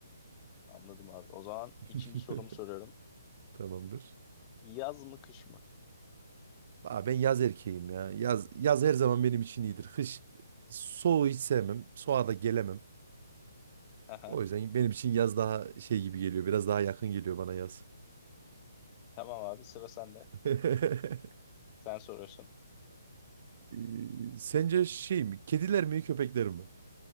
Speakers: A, on the left; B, on the right.
A: Anladım abi. O zaman
B: <laughs>
A: ikinci sorumu soruyorum.
B: Tamamdır.
A: Yaz mı kış mı?
B: Aa, ben yaz erkeğim ya. Yaz yaz her zaman benim için iyidir. Kış soğuğu hiç sevmem. Soğuğa da gelemem.
A: Aha.
B: O yüzden benim için yaz daha şey gibi geliyor. Biraz daha yakın geliyor bana yaz.
A: Tamam abi sıra sende.
B: <laughs>
A: Sen soruyorsun.
B: Ee, Sence şey mi? Kediler mi köpekler mi?